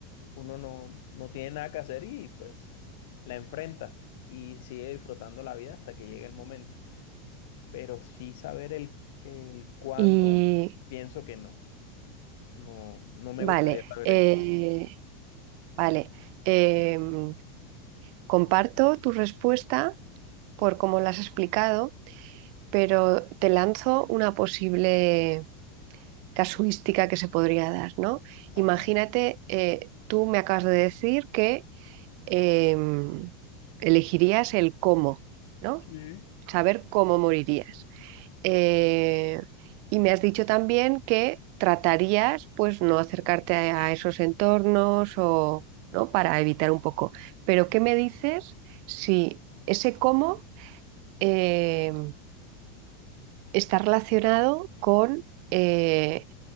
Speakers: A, on the left (about 70°); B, on the right (about 55°).
A: uno no, no tiene nada que hacer y pues la enfrenta y sigue disfrutando la vida hasta que llegue el momento. Pero sí saber el, el cuándo,
B: Y
A: pienso que no. No, no me
B: vale,
A: gustaría saber
B: eh,
A: el cuándo.
B: vale. Em, comparto tu respuesta por cómo la has explicado, pero te lanzo una posible casuística que se podría dar, ¿no?
A: Ajá.
B: Imagínate, eh, tú me acabas de decir que eh, elegirías el cómo, ¿no?
A: Sí.
B: Saber cómo morirías. Eh, y me has dicho también que tratarías, pues, no acercarte a, a esos entornos o, ¿no? Para evitar un poco. Pero, ¿qué me dices si ese cómo eh, está relacionado con eh,